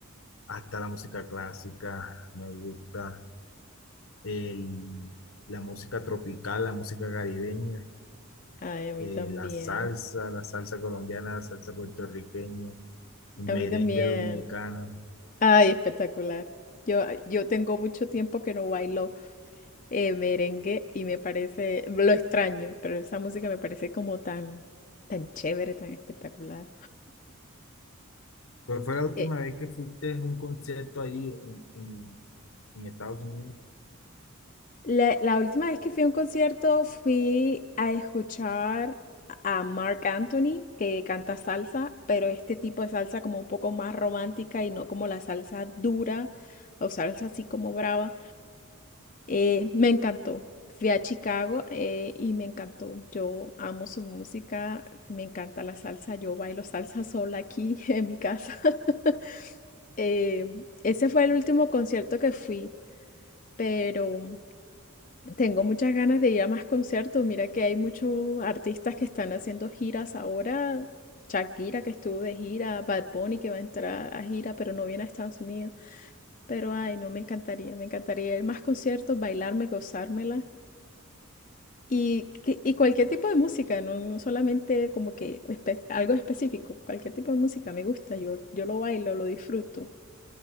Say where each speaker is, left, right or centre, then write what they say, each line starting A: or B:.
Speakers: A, on the left; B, on the left.
A: hasta la música clásica. Me gusta el- la música tropical, la música caribeña,
B: Ay, a mí
A: eh,
B: también.
A: la salsa, la salsa colombiana, la salsa puertorriqueña, el merengue
B: A mí también.
A: dominicano.
B: Ay, espectacular. Yo, yo tengo mucho tiempo que no bailo. eh, merengue y me parece, lo extraño, pero esa música me parece como tan, tan chévere, tan espectacular.
A: ¿Cuál fue la última
B: Eh,
A: vez que fuiste a un concierto ahí en, en- en Estados Unidos?
B: la, la última vez que fui a un concierto fui a escuchar a Mark Anthony, que canta salsa, pero este tipo de salsa como un poco más romántica y no como la salsa dura o salsa así como brava. Eh, me encantó. Fui a Chicago eh, y me encantó. Yo amo su música, me encanta la salsa. Yo bailo salsa sola aquí <laughs> en mi casa. <laughs> Eh, ese fue el último concierto que fui, pero tengo muchas ganas de ir a más conciertos. Mira que hay muchos artistas que están haciendo giras ahora. Shakira que estuvo de gira, Bad Bunny que va a entrar a gira, pero no viene a Estados Unidos. Pero ay, no me encantaría, me encantaría ir a más conciertos, bailarme, gozármela. Y, que- y cualquier tipo de música, no, no solamente como que espe- algo específico, cualquier tipo de música me gusta, yo, yo lo bailo, lo disfruto.